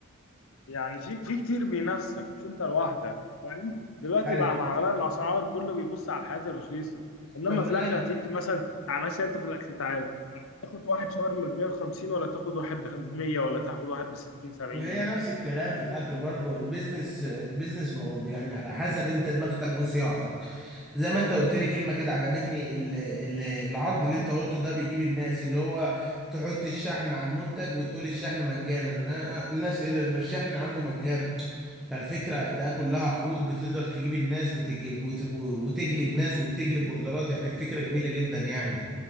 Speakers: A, on the left; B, in the centre.
A: يعني في في كتير بينافسك مش انت لوحدك وبعدين دلوقتي
B: ايوه
A: بقى مع اغلى الاسعار كله بيبص على الحاجات الرخيصه انما
B: طب ما
A: في
B: الاكل
A: الاكل هتيجي مثلا تعال مثلا انت في الاكل تعالى تاخد واحد شاورما ب 150 ولا تاخد واحد ب 100 ولا تاخد واحد ب 60 70
B: وهي
A: جنيه
B: نفس الكلام في الاكل برضه البيزنس البيزنس مو- يعني على حسب انت دماغتك وصياعتك زي ما انت قلت لي كلمه كده عجبتني ال- ال- العرض اللي انت قلته ده بيجيب الناس اللي هو تحط الشحن على المنتج وتقول الشحن مجانا نا- الناس ايه ده ما الشحن عنده مجانا فالفكره ده كلها عروض بتقدر تجيب الناس وتجيب وت- وتجلب ناس وتجلب اوردرات يعني الفكره جميله جدا يعني